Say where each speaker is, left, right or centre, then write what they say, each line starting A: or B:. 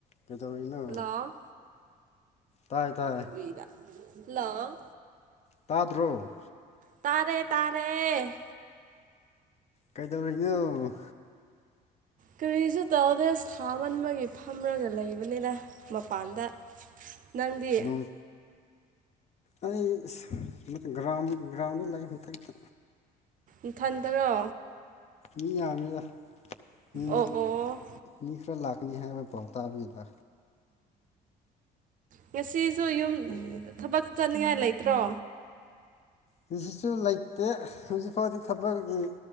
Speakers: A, on the left; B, on the right.
A: ꯀꯩꯗꯧꯔꯤꯅꯣ
B: ꯍꯜꯂꯣ
A: ꯇꯥꯏ ꯇꯥꯏ
B: ꯇꯨꯕꯤꯗ ꯍꯜꯂꯣ
A: ꯇꯥꯗ꯭ꯔꯣ
B: ꯇꯥꯔꯦ ꯇꯥꯔꯦ ꯇꯥꯔꯦ
A: ꯀꯩꯗꯧꯔꯤꯅꯣ
B: ꯀꯔꯤꯁꯨ ꯇꯧꯗꯦ ꯁꯥꯃꯟꯕꯒꯤ ꯐꯝꯔꯒ ꯂꯩꯕꯅꯤꯅ ꯃꯄꯥꯟꯗ ꯅꯪꯗꯤ
A: ꯅꯣꯡ ꯑꯩ ꯒ꯭ꯔꯥꯎꯟ ꯒ꯭ꯔꯥꯎꯟꯗ ꯂꯩ ꯃꯊꯛꯇ
B: ꯏꯊꯟꯗꯔꯣ
A: ꯃꯤ ꯌꯥꯝꯃꯤꯗ ꯃꯤ
B: ꯑꯣ ꯑꯣ
A: ꯃꯤ ꯈꯔ ꯂꯥꯛꯀꯅꯤ ꯍꯥꯏꯕ ꯄꯥꯎ ꯇꯥꯕꯅꯤꯗ
B: ꯉꯁꯤꯁꯨ ꯌꯨꯝ ꯊꯕꯛ ꯆꯠꯅꯤꯡꯉꯥꯏ ꯂꯩꯇ꯭ꯔꯣ
A: ꯉꯁꯤꯁꯨ ꯂꯩꯇꯦ ꯍꯧꯖꯤꯛ ꯐꯥꯎꯗꯤ ꯊꯕꯛꯀꯤ